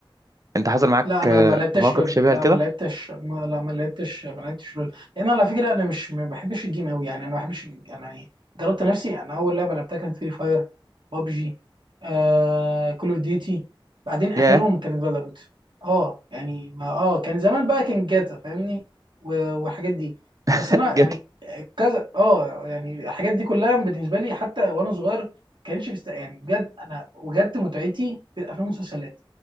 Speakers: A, on the right; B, on the right.
A: انت حصل معاك
B: لا انا ما لعبتش
A: مواقف
B: لول
A: شبيهه
B: لا
A: لكده
B: ما لعبتش ما لا ما لعبتش ما لعبتش لول لان على فكره انا مش ما بحبش الجيم قوي يعني انا ما بحبش الجيم. يعني يعني جربت نفسي انا اول لعبه لعبتها كانت فري فاير بابجي آه كول اوف ديوتي بعدين اخرهم
A: يا
B: كانت فالورنت اه يعني ما اه كان زمان بقى كان جاتا فاهمني و- والحاجات دي
A: <laughs>
B: بس انا يعني
A: جت
B: كذا اه يعني الحاجات دي كلها بالنسبه لي حتى وانا صغير كانش بست... يعني بجد انا وجدت متعتي في الافلام والمسلسلات